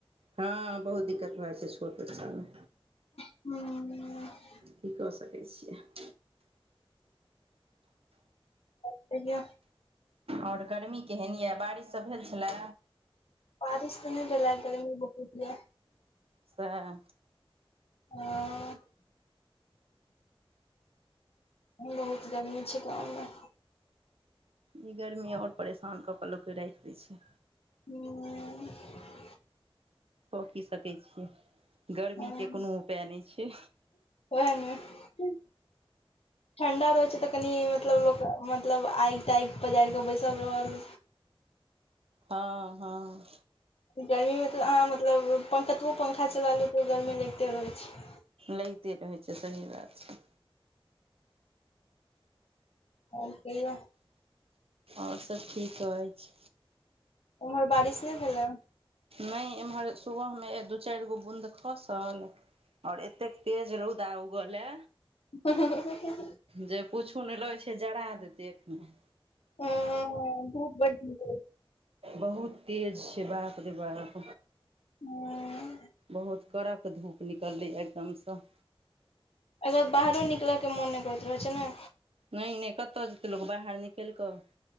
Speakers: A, on the right (about 75°); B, on the left (about 80°).
A: हँऽ, बहुत दिक्कत भए जाइ छै छोट बच्चा में।
B: हूऽ
A: की कऽ सकै छियै।
B: कहियो
A: ओर गर्मी केहन ये, बारिश सभ भेल छले।
B: बारिश तऽ नहि भेले, आय गर्मी बहुत ये।
A: सैह
B: आंऽ बहुत गर्मी छै गाँव में
A: ई गर्मी ओर परेशान कऽ कऽ लोकके राइख दय छै।
B: हू
A: कऽ की सकै छियै। गर्मी
B: हँ
A: के कोनो उपै नहि छै।
B: वैह ने ठंडा रहै छै तऽ कनि मतलब लोक मतलब आइग-ताइग पजारि कऽ बैसल रहल।
A: हँ हँ
B: गर्मीमे त अहाँ मतलब पंख कतबो पंखा चला लिए तइयो गर्मी लगिते रहै छै।
A: लैगते रहै छै सही बात छै।
B: ओर कहियो।
A: ओर सब ठीक अइछ
B: उम्हर बारिश नहि भेलै।
A: नहि एम्हर सुबहमे ए दू चारि गो बूँद खसल ओर एतेक तेज रउदा उग लै।
B: हूँ हेहेहेहेहे
A: जे पुछु नहि लगै छै जरा देतै एखने
B: आ धूप बढ़ <unintelligible>
A: बहुत तेज छै बाप रे बाप,
B: हूँ
A: बहुत कड़क धूप निकलै यै एकदमसँ
B: अगर बाहरो निकलऽ के मोन नहि करैत रहै छै ने
A: नहि नै कतय जेतै लोक बाहर निकैल कऽ